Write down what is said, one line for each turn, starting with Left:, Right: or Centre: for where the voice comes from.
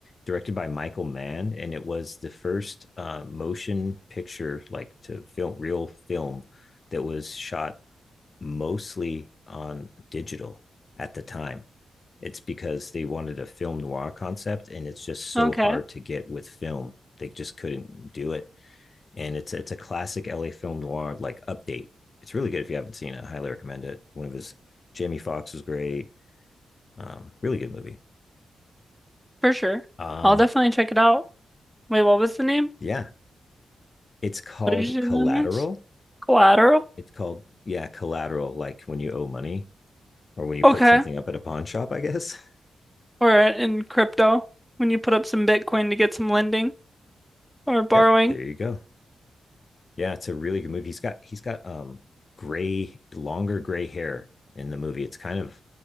Left: directed by Michael Mann, and it was the first uh, motion picture, like to film real film, that was shot mostly on digital at the time. It's because they wanted a film noir concept, and it's just so
Centre: Okay.
Left: hard to get with film. They just couldn't do it, and it's it's a classic LA film noir like update. It's really good if you haven't seen it. I highly recommend it. One of his Jamie Foxx was great. Um, really good movie.
Centre: For sure.
Left: Um,
Centre: I'll definitely check it out. Wait, what was the name?
Left: yeah, it's called
Centre: What did you say
Left: Collateral.
Centre: the name is? Collateral?
Left: It's called yeah, Collateral. Like when you owe money or when you
Centre: Okay.
Left: put something up at a pawn shop, I guess. <laughs>
Centre: Or uh, in crypto, when you put up some Bitcoin to get some lending or borrowing.
Left: Yep, there you go. Yeah, it's a really good movie. He's got he's got um gray, longer gray hair in the movie. It's kind of